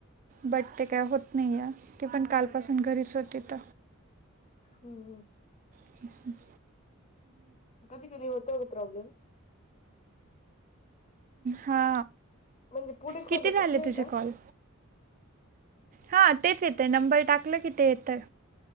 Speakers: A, on the right; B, on the left.
A: बट ते काय होत नाहीय ती पण कालपासून घरीच होतीथ.
B: हम्.
A: ह.
B: कधी कधी होतो कां प्रॉब्लेम.
A: हा
B: म्हणजे पुढे खोलतच
A: किती झाले
B: नाही
A: तुझे
B: का
A: कॉल हा तेच येत आहे नंबर टाकलं की ते येत आहे